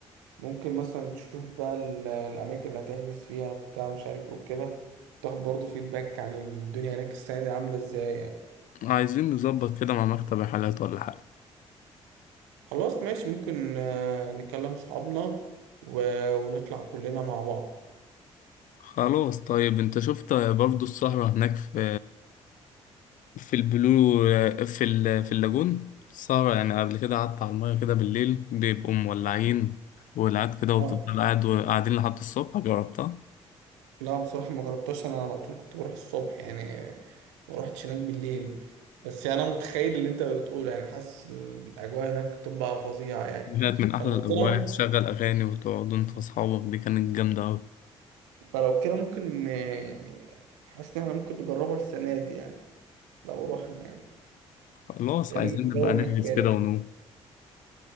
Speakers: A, on the right; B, on the left.
A: ممكن مثلا تشوف بقى ال- الأماكن اللي هتحجز فيها بتاع مش عارف ايه وكده تاخد برضه فيدباك عن الدنيا هناك السنة دي عاملة ازاي يعني
B: عايزين نظبط كده مع مكتب رحلات ولا حاجة
A: خلاص ماشي ممكن آه، نكلم صحابنا و- ونطلع كلنا مع
B: خلاص طيب أنت شفت برضو السهرة هناك في في البلو في ال... في اللاجون السهرة يعني قبل كده قعدت على المية كده بالليل بيبقوا مولعين والقعد كده وبتفضل
A: بعض
B: قاعد وقاعدين لحد الصبح جربتها
A: لا بصراحة ما جربتهاش أنا على طول كنت بروح الصبح يعني ما روحتش هناك بالليل بس يعني أنا متخيل اللي أنت بتقوله يعني حاسس الأجواء هناك بتبقى فظيعة يعني
B: كانت من أحلى
A: فلو
B: الأجواء
A: كده
B: تشغل أغاني وتقعدوا أنت وأصحابك دي كانت جامدة أوي
A: فلو كده ممكن يعني حاسس إن إحنا ممكن نجربها السنة دي يعني لو روحنا يعني
B: خلاص
A: لأن
B: عايزين
A: الجو
B: نبقى نحجز
A: هناك جامد
B: كده ونقوم